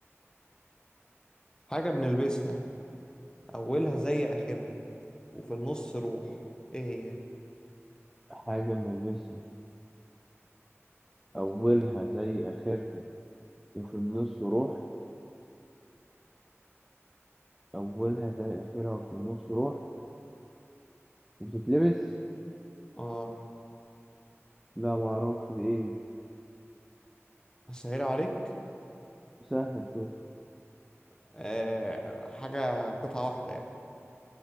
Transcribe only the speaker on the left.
حاجة بنلبسها اولها زي اخرها وفي النص روح ايه هي
اه
اسهل عليك
آه حاجة قطعة واحدة يعني